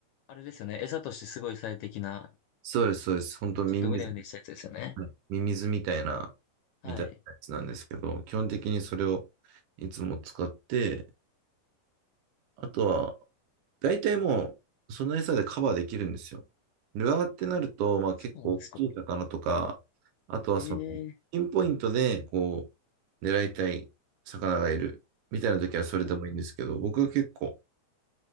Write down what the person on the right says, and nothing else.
そうです、そうです。本当ミミズ、
はい、ミミズみたいな、
みたいなやつなんですけど、基本的にそれをいつも使って、あとは、大体もう、その餌でカバーできるんですよ。ルアーってなると、まあ結構大きい魚とか、
あとはその、
ピンポイントで、こう、狙いたい魚がいるみたいな時はそれでもいいんですけど、
僕は結構、